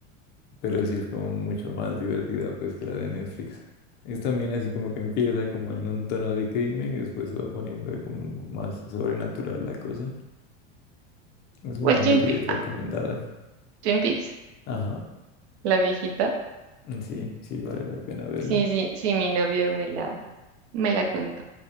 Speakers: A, on the left (about 30°); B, on the right (about 70°).
A: pero sí es como mucho más divertida pues que la de Netflix. Es también así como que empieza como en un tono de crimen y después se va poniendo como más sobrenatural la cosa. Es una
B: Igual Twin,
A: serie
B: Pe-
A: recomendada.
B: ah, Twin Peaks,
A: Ajá,
B: la viejita.
A: sí, sí, vale la pena verla.
B: Sí, sí, sí, mi novio me la, me la contó.